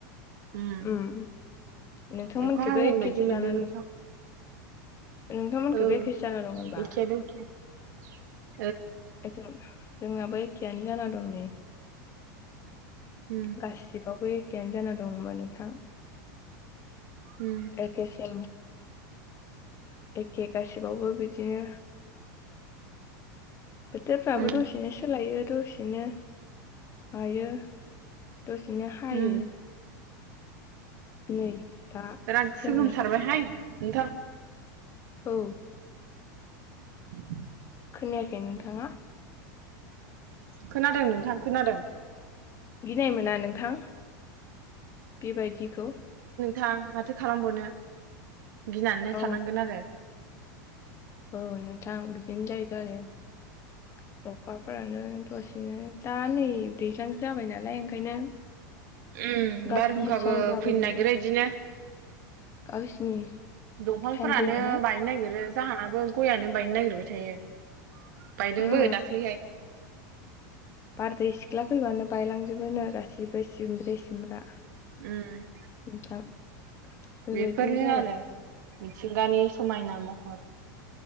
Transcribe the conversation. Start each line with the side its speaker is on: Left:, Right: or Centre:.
Right: उम
Left: ओम नोंथांमोनखैबो
Right: अखा हागोन
Left: एखे
Right: बायदि
Left: एखे
Right: मोनदों
Left: जाना
Right: नोंथां
Left: दं। नोंथांमोनखैबो
Right: औ
Left: एखेसो जाना दं होनबा।
Right: एखेयानो एखे <inaudible>
Left: जोंनाबो ए खेआनो जाना दं नै।
Right: उम
Left: गासिबाव बो एखेयानो जाना दं होमबा नोंथां।
Right: उम
Left: एकेे सेम। एखे गासिबावबो बिदिनो। बोथोरफ्राबो
Right: उम
Left: दसेनो सोलायो। दसेनो हायो। दसेनो हायो
Right: उम
Left: नै दा
Right: बिराद
Left: खोनाया
Right: सोगोमसारबायहाय नोंथां।
Left: औ।
Right: <inaudible>
Left: खोनायाखै नोंथांङा?
Right: खोनादों नोंथां खोनादों।
Left: गिनाय मोना नोंथां? बेबायदिखौ।
Right: थां माथो खालामबावनो। गिनानैनो
Left: औ
Right: थानांगोन आरो।
Left: औ नोंथां बिदिनो जायगा आरो अखाफोरानो दसेनो दा नै दैजलांसो जाबाय नालाय ओंखायनो
Right: उम
Left: गावसिनि
Right: बारहुंखाबो
Left: सम जाबाय
Right: फैनो
Left: नालाय
Right: नागिरो इदिनो।
Left: गावसिनि
Right: दंफांफोरानो
Left: टाइम फैबायना
Right: बायनो नागिरो। जाहानाबो गयानो बायनो नागिरबाय थायो। बायदोंबो
Left: उम
Right: दाख्लैहाय
Left: बारदै सिख्ला फैबानो बायलांजोबोनो गासिबो सिमब्रे सिमब्रा। नोंथां।
Right: उम
Left: बेबायदिनो
Right: बेफोरनो
Left: जाबाय
Right: आरो मिथिंगानि समायना महर।